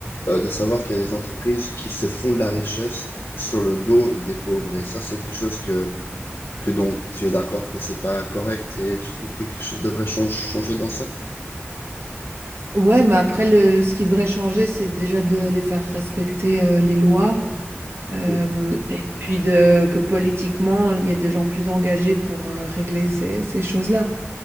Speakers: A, on the left; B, on the right.
A: euh, de savoir qu'il y a des entreprises qui se font de la richesse sur le dos des pauvres. Et ça, c'est quelque chose que, que donc tu es d'accord que c'est pas correct et tu trouves que quelque chose devrait chan- changer dans ça?
B: Ouais, mais après, le, ce qui devrait changer, c'est déjà de les faire respecter euh, les lois, euh,
A: Oui,
B: et puis de, que politiquement, il y ait des gens plus engagés pour euh, régler ces, ces choses-là.